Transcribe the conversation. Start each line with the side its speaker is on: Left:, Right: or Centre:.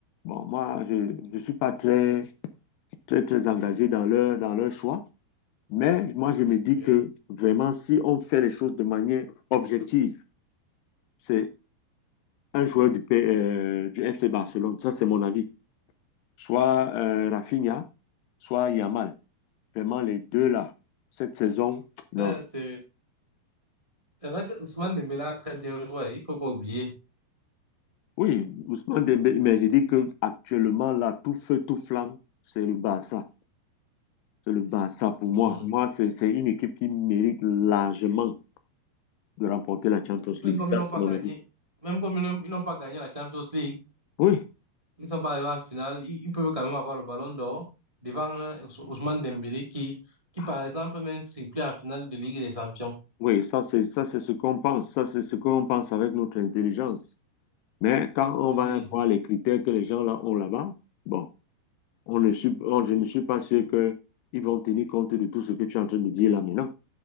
Left: Bon, moi, je ne suis pas très, très, très engagé dans leur, dans leur choix. Mais moi, je me dis
Right: Oui.
Left: que vraiment, si on fait les choses de manière objective, c'est un joueur du, P- euh, du FC Barcelone. Ça, c'est mon avis. Soit euh, Rafinha, soit Yamal. Vraiment, les deux là, cette saison, non.
Right: Euh, C'est c'est vrai que Ousmane Dembélé a très bien joué, il faut pas oublier.
Left: Oui, Ousmane Dembélé, mais j'ai dit que actuellement là, tout feu, tout flamme, c'est le Barça. C'est le Barça pour moi.
Right: Mhm.
Left: Moi, c'est c'est une équipe qui mérite largement de remporter la Champions
Right: Même
Left: League.
Right: comme
Left: Ça,
Right: ils n'ont
Left: c'est
Right: pas
Left: mon
Right: gagné,
Left: avis.
Right: même comme ils n'ont ils n'ont pas gagné la Champions League,
Left: Oui,
Right: ils ne sont pas arrivés en finale, ils, ils peuvent quand même avoir le ballon d'or devant un Ous- Ousmane Dembélé qui, qui
Left: Ah,
Right: par exemple met un triplé en finale de Ligue des Champions.
Left: oui, ça c'est ça c'est ce qu'on pense. Ça c'est ce qu'on pense avec notre intelligence. Mais quand on
Right: oui.
Left: va voir les critères que les gens là ont là-bas, bon, on ne suis, on- je ne suis pas sûr que ils vont tenir compte de tout ce que tu es en train de dire là maintenant.